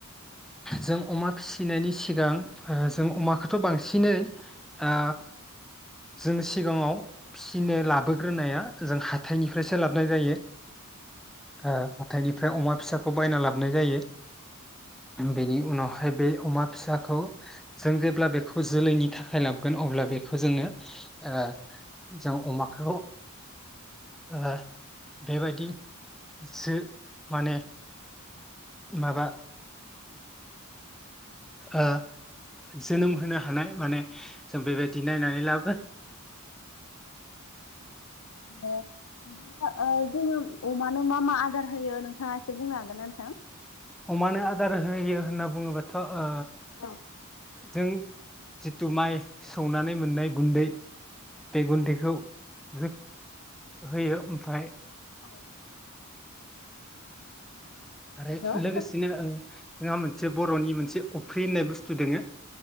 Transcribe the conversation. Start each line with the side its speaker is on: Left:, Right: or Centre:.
Centre: जों अमा फिसिनायनि सिगां ओ जों अमाखौथ' बांसिनै ओ जों सिगाङाव फिसिनो लाबोग्रोनाया जों हाथायनिफ्रायसो लाबाय जायो ओ हााथायनिफ्राय अमा फिसाखौ बायना लाबोनाय जायो बेनि उनावहाय बे अमा फिसाखौ जों जेब्ला बेखौ जोलैनि थाखाय लाबोगोन अब्ला बेखौ जोङो ओ अमाखौ ओ बेबायदि जो माने माबा ओ जोनोम होनो हानाय माने जों बेबायदि नायनानै लाबो
Left: बिदिनो जोङो अमानो मा मा आदार होयो नोंथाङा एसे बुंनो हागोन ना नोंथां
Centre: अमानो आदार होयो होनना बुङोबाथ' ओ
Left: औ
Centre: जों जितु माइ सौनानै मोननाय गुन्दै बे गुन्दैखौ हो-होयो ओमफाय
Left: औ
Centre: आरो
Left: औ
Centre: लोगोसेनो
Left: औ
Centre: ओ <unintelligible> जे बर'नि मोनसे अफ्रि होननाय बुस्थु दोङो